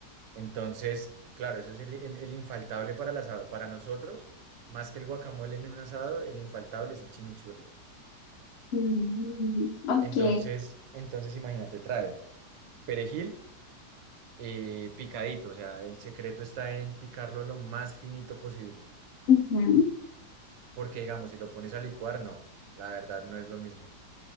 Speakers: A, on the right; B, on the left.
A: Entonces, claro, eso es el, el infaltable para el asado. Para nosotros, más que el guacamole en un asado, el infaltable es el chimichurri.
B: Mm, ok.
A: Entonces, entonces imagínate, trae perejil eh, picadito, o sea, el secreto está en picarlo lo más finito posible,
B: Ujú.
A: porque digamos, si lo pones a licuar, no, la verdad no es lo mismo.